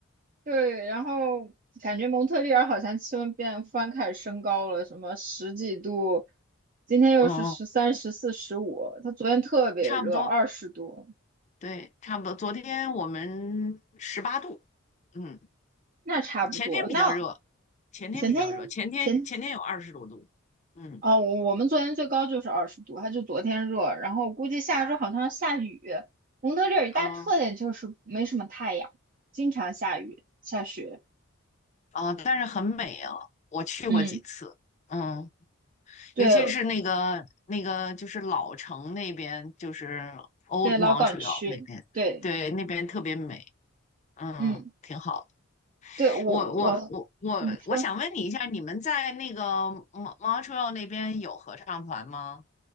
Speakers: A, on the right; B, on the left.
A: 对，然后感觉蒙特利尔好像气温变突然开始升高了，什么十几度，今天又是十三、
B: 嗯，
A: 十四、十五，它昨天特别热，
B: 差不多，
A: 二十度，
B: 对，差不多。昨天我们十八度，嗯，
A: 那差不多。
B: 前天比较热，
A: 那
B: 前天比较热，
A: 前天前
B: 前天前天有二十多度，嗯
A: 哦，我我们昨天最高就是二十度，它就昨天热，然后估计下周好像要下雨。蒙特利尔一大特点就是没什么太阳，
B: 啊
A: 经常下雨下雪。
B: 啊，但是很美啊，我去过几次，
A: 嗯，
B: 嗯，
A: 对
B: 尤其是那个那个就是老城那边，就是 Old
A: 对，老港区，
B: Montreal 那边，
A: 对，
B: 对，那边特别美，嗯嗯，
A: 嗯，
B: 挺好。
A: 对我我。
B: 我我我我我想问你一下，
A: 你说，
B: 你们在那个 Mon- Montreal 那边有合唱团吗？